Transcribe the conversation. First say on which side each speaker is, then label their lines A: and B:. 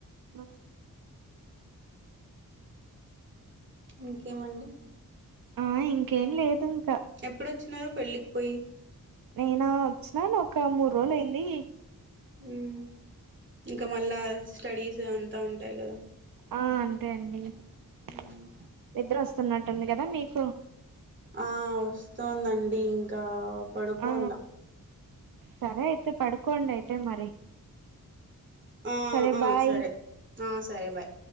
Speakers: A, on the right (about 75°); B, on the right (about 35°).
A: ఆ
B: ఇంకేమండి
A: ఆ ఇంకేం లేదు ఇంకా
B: ఎప్పుడొచ్చినారు పెళ్ళికి పోయి
A: నినా వచ్చినాను ఒక మూడు రోజులు అయ్యింది
B: హ్మ్ ఇంకా మళ్ళాజ్ స్టడీస్ అంతా ఉంటాయి కదా
A: ఆ అంతే అండి నిద్దర
B: మ్మ్
A: వస్త వస్తున్నట్టుంది కదా మీకు
B: ఆ వస్ వస్తుందండి ఇంకా పడుకోల్ల
A: ఆ సరే అయితే పడుకోండి అయితే మరి
B: ఆ
A: సరే
B: ఆ
A: బాయ్
B: సరే ఆ సరే బాయ్